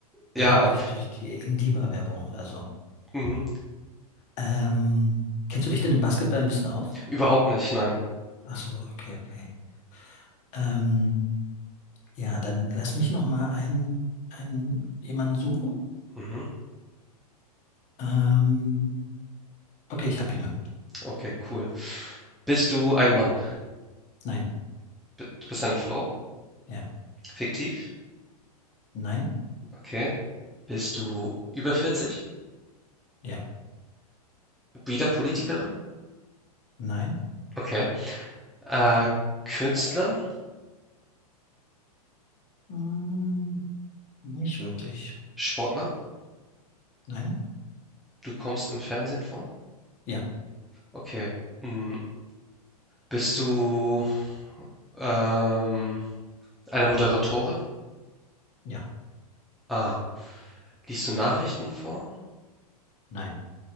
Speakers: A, in the centre; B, on the left.
A: Ja,
B: Ne? Durch, durch die Ingliba-Werbung oder so.
A: mhm.
B: Ähm, kennst du dich denn im Basketball ein bisschen aus?
A: Überhaupt nicht, nein.
B: Ach so, okay, okay. Ähm, ja, dann lass mich noch mal einen, einen jemanden suchen.
A: Mhm.
B: Ähm, okay, ich habe jemanden.
A: Okay, cool. Bist du ein Mann?
B: Nein,
A: B- Du bist eine Frau?
B: ja,
A: Fiktiv?
B: nein,
A: Okay. Bist du über 40?
B: ja,
A: Wieder Politikerin?
B: nein,
A: Okay. Äh, Künstler?
B: hm, nicht wirklich.
A: Sportler?
B: Nein,
A: Du kommst im Fernsehen vor?
B: ja,
A: Okay. Mm, Bist du ähm, eine Moderatorin?
B: ja,
A: Ah. Liest du Nachrichten vor?
B: nein.